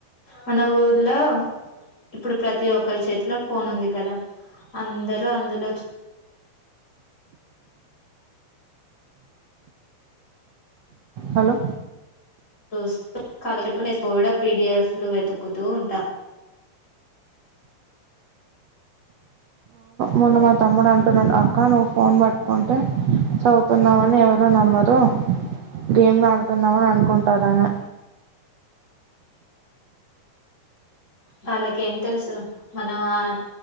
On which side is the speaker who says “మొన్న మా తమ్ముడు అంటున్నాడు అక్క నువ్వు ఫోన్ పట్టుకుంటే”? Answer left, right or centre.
Right